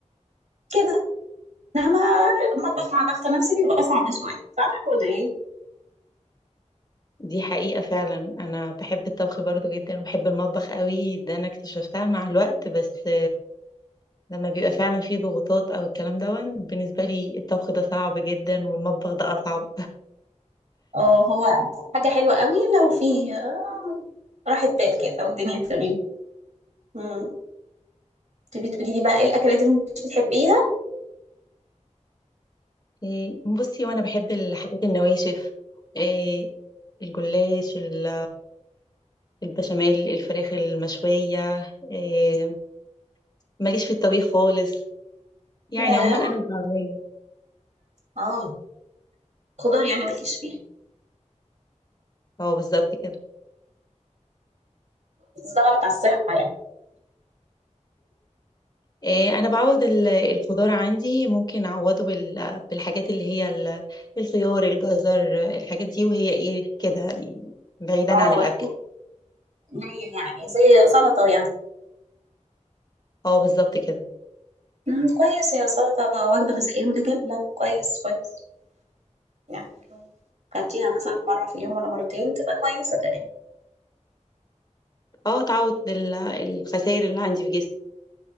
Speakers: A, on the right; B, on the left.
A: كده انما المطبخ مع ضغط نفسي بيبقى صعب شويه صح ولا ايه
B: دي حقيقة فعلا انا بحب الطبخ برضو جدا وبحب المطبخ قوي ده انا اكتشفتها مع الوقت بس لما بيبقى فعلا في ضغوطات أو الكلام دَوًّا، بالنسبة لي الطبخ ده صعب جدًا والمطبخ ده أصعب.
A: اه هو حاجة حلوة قوي لو في آه، راحة بال كده والدنيا تمام مم. تبي تقولي لي بقى ايه الاكلات اللي مش بتحبيها
B: آآ بُصّي، هو أنا باحب الحاجات النواشف، آآ الجلاش، ال البشاميل، الفراخ المشوية، آآ ما ليش في الطبيخ خالص، يعني
A: اه
B: عمومًا أنا مش باعمله.
A: آه، خضار يعني مالكيش فيها
B: آه بالضبط كده.
A: ده غلط على الصحة يعني
B: آآ أنا باعوّض ال الخضار عندي ممكن أعوّضه بال بالحاجات اللي هي ال الخيار، الجزر، الحاجات دي وهي إيه، كده يعني بعيدًا
A: اه
B: عن الأكل.
A: قليل يعني زي سلطة يعني
B: آه بالضبط كده.
A: مم. كويس هي سلطة وجبة غذائية متكاملة كويس كويس يعني لو كلتيها مثلا مرة في اليوم ولا مرتين تبقى كويسة تقريبا
B: اه تعوض ال- الخسائر اللي عندي في جسمي